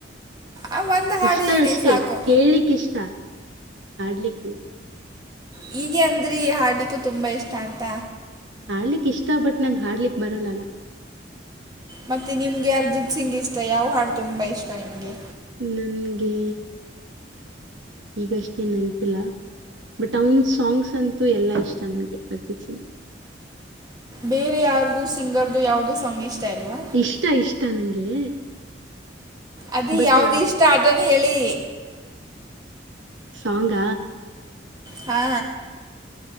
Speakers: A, on the right; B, on the right.
A: ಆ ಒಂದು ಹಾಡು
B: ಇಷ್ಟ
A: ಹೇಳಿ
B: ಅಷ್ಟೆ
A: ಸಾಕು
B: ಕೇಳಲಿಕ್ ಇಷ್ಟ ಹಾಡ್ಲಿಕ್ಕಲ್ಲ
A: ಹೀಗೆ ಅಂದ್ರಿ ಹಾಡ್ಲಿಕ್ಕೂ ತುಂಬಾ ಇಷ್ಟ ಅಂತ
B: ಹಾಡಲಿಕೆ ಇಷ್ಟ ಬಟ್ ನಂಗ ಹಾಡಲಿಕ್ ಬರಲ್ಲಾ ಅಲ್ವಾ
A: ಮತ್ತೆ ನಿಮ್ಗೆ ಅರ್ಜಿತ್ ಸಿಂಗ್ ಇಷ್ಟ ಯಾವ ಹಾಡು ತುಂಬಾ ಇಷ್ಟ ನಿಮ್ಗೆ
B: ನನ್ಗೆ ಈಗಷ್ಟೇ ನೆನಪಿಲ್ಲ ಬಟ್ ಅವನ್ ಸಾಂಗ್ಸ್ ಅಂತೂ ಎಲ್ಲಾ ಇಷ್ಟ ನನ್ಗೆ ಅಜಜಿತ್ ಸಿಂಗ್
A: ಬೇರೆ ಯಾರ್ದು ಸಿಂಗರ್ದು ಯಾವ್ದೋ ಸಾಂಗ್ ಇಷ್ಟ ಇಲ್ವಾ
B: ಇಷ್ಟ ಇಷ್ಟ ನಂಗೆ
A: ಅದೇ
B: ಬಟ್
A: ಯಾದು ಇಷ್ಟ ಅದನ್ನು ಹೇಳಿ
B: ಸಾಂಗ
A: ಹಾ